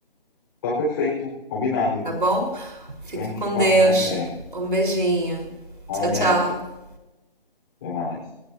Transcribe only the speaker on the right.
tá bom? Fica
com
Deus.
Um beijinho.
Tchau, tchau.